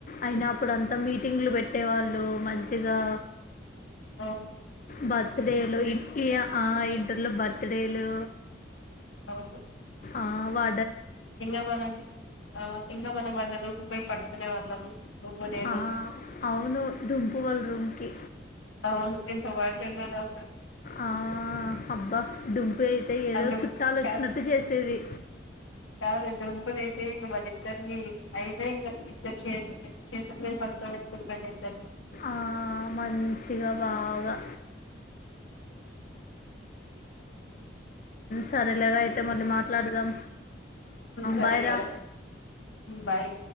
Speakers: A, on the left; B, on the left.
A: అయినా అప్పుడు అన్ తం మీటింగ్ులు పెట్టేవాళ్ళు మంచిగా
B: అ
A: బర్త్ డేలు ఇన్ ఆ ఇంటర్లో బర్త్ ర్తడేలు
B: అవును
A: ఆ వా
B: ఎింగా మనం ఎంగా మనం మళ్ారదు పోయి పడుకునే వాళ్ళం నువ్వు నేను
A: ఆ అవును దుంపు వాళ్ళ రూమ్ కి
B: అవును ఎంత వార్డెన్ట్ అయినా సరే
A: ఆ హబ్బా డుంపు అయితే ఏదో
B: అందు
A: చుట్టాలు వచ్చినట్టు
B: కాదు
A: చేసేది
B: కాదు దుంపుదైతే ఇంగ మన ఇద్దరిని అయితే ఇంకా ఇద్దరు చే చేతుల మీద పడుకొ పెట్టుకుంట్టుండే ఇద్దరిని
A: ఆ మంచిగా బాగా సరేలేరా అయితే మళ్ళీ మాట్లాడదాం
B: సరే
A: బాయ్
B: సరే
A: రా
B: బయ్